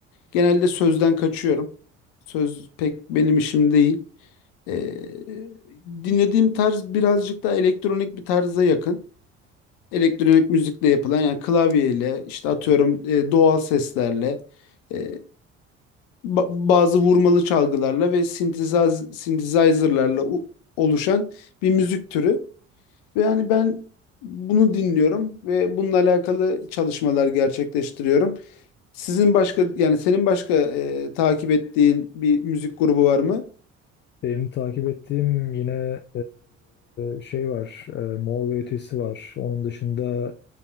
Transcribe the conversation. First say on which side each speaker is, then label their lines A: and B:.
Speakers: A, on the left; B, on the left.
A: Genelde sözden kaçıyorum. Söz pek benim işim değil. Eee, dinlediğim tarz birazcık daha elektronik bir tarza yakın elektronik müzikle yapılan yani klavyeyle işte atıyorum e, doğal seslerle e, ba- bazı vurmalı çalgılarla ve sintezaz- synthesizer'larla u- oluşan bir müzik türü. Ve yani ben bunu dinliyorum ve bununla alakalı çalışmalar gerçekleştiriyorum. Sizin başka yani senin başka e, takip ettiğin bir müzik grubu var mı?
B: Benim takip ettiğim yine e, şey var, e, Mor ve Ötesi var. Onun dışında